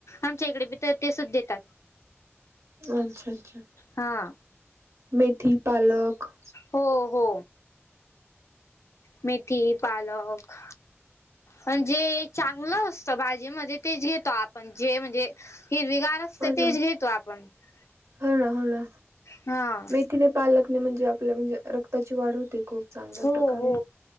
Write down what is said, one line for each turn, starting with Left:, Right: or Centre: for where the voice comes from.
Left: आमच्या इकडे बी तर तेच देतात.
Right: अच्छा अच्छा
Left: हा.
Right: मेथी पालक
Left: हो हो मेथी पालक पण जे चांगलं असतं भाजीमध्येध्ये तेच घेतो आपण जे म्हणजे <unintelligible> फिर बिगारतते
Right: हो
Left: तेज
Right: ना
Left: घेतो आपण <unintelligible>
Right: हो ना हो ना
Left: हा.
Right: मेथीने पालगणे म्हणजे आपल्या म्हणजे रक्ताची वाढ होते <unintelligible>
Left: हो
Right: प्रकारे
Left: हो